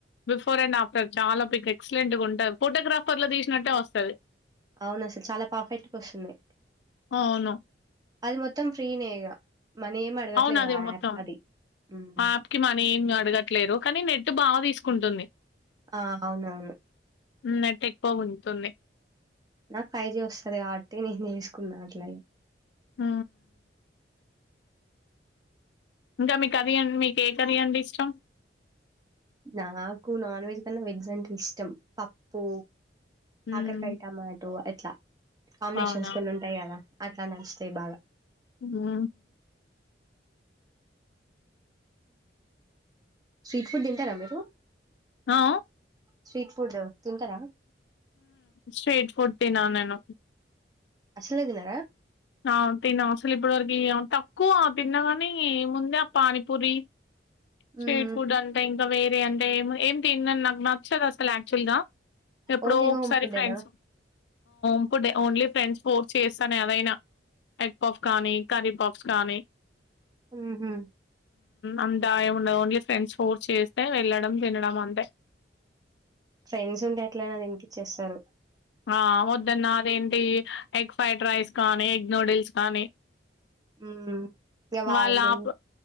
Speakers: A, on the left; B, on the right.
A: బిఫోర్ అండ్ ఆఫ్టర్ చాలా పిక్ ఎక్సలెంట్ గా ఉంట ఫోటోగ్రాఫర్ లు తీసినట్టే వస్తుంది
B: అవును అసలు చాలా పర్ఫెక్ట్ గా వస్తుంది
A: అవును.
B: అది మొత్తం ఫ్రీనే ఇగ మనీ ఏమి అడగట్లేదు
A: అవున అది
B: ఆ యాప్
A: మొత్తం
B: అది. హ్మ్.
A: యాప్కి మని ఏమి అడగట్లేరు కానీ నెట్ బాగా తీసుకుంటుంది
B: ఆ! అవునవును.
A: నెట్ ఎక్కువ గుంజుతుంది
B: నాకు ఫై జీ వస్తుది కాబట్టి నేను తీసుకున్నా అట్లనే
A: ఊ ఇంకా మీకు అది మీకు ఏ కర్రీ అంటే ఇష్టం
B: నాకు నాన్ వెజ్ కన్నా వెజ్ అంటే ఇష్టం పప్పు
A: హ్మ్
B: కాకరకాయ టమాటో ట్లా కామినేషన్స్
A: అవునా
B: కొన్ని ఉంటాయి కదా అట్లా నచ్చితే బాగా
A: ఊ ఊ
B: స్ట్రీట్ ఫుడ్ తింటారా మీరు
A: ఆ
B: స్ట్రీట్ ఫుడ్ తింటారా?
A: స్ట్రీట్ ఫుడ్ త నా నను
B: అసలేదిన
A: ఆ తినం అసలు ఇప్పటివరకు తక్కువ తిన్నా కాని ముందే ఆ పానీపూరి
B: హ్మ్
A: స్ట్రీట్ ఫుడ్ అంటేం వేరే అంటే ఏ తిందని నాకు నచ్చదు అసలు యాక్చువల్ గా ఎప్పుడో
B: ఓన్లీ
A: ఒకసారి
B: హోమ్ ఫుడ్డేనా?
A: ఫ్రెండ్స్ ఇప్పుడు ఓన్లీ ఫ్రెండ్స్ ఫోర్స్ చేస్తానే అదైనా ఎగ్ పప్స్ కానీ కరీ పప్స్ కానీ
B: హ్మ్ హు
A: అంతాయం ఓన్లీ ఫ్రెండ్స్ ఫోర్స్ చేస్తే వెల్లడం తినడం అంతే
B: ఫ్రెండ్స్ ఉంటే ఎట్లయినాది ఇనిపిచ్చేస్తారు
A: ఆ వద్దన్నారేంటి ఫ్రైడ్ రైస్ కానీ ఎగ్ నూడిల్స్ కానీ
B: ఇ వాళ్ళు
A: వాళ్ళ ఆప